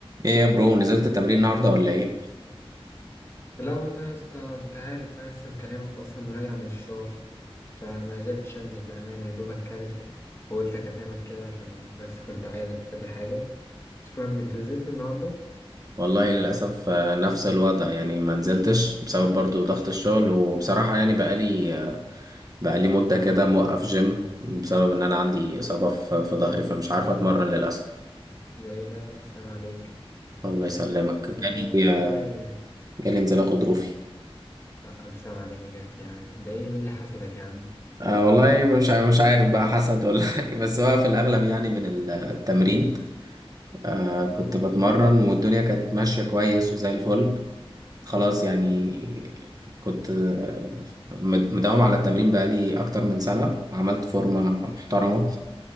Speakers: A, on the right; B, on the left.
A: ايه يا برو نزلت التمرين النهارده ولا ايه
B: لا والله يا اسطى انت عارف بقى لسه مكلمك اصلا وراجع من الشغل فما قدرتش انزل بامانه يا دوب اكلت وقلت اكلمك كده عشان بس كنت عايزك في كذا حاجه مش مهم انت نزلت النهارده
A: والله للاسف آه، نفس الوضع يعني ما نزلتش بسبب برضو ضغط الشغل وبصراحه يعني بقالي آه، بقالي مده كده موقف جيم بسبب ان انا عندي اصابه في في ظهري فمش عارف اتمرن للاسف
B: ده ايه ده الف سلام عليك
A: الله يسلمك
B: آه
A: جالي
B: والله
A: آه، جالي انزلاق غضروفي
B: لا، الف سلام عليك بجد يعني ده ايه مين اللي حسدك يا عم
A: أه والله مش ع- مش عارف بقى حسد ولا <laughs> بس هو في الاغلب يعني من التمرين أه كنت بتمرن والدنيا كانت ماشيه كويس وزي الفل خلاص يعني كنت مد- مداوم على التمرين بقالي أكتر من سنة عملت فورمة محترمة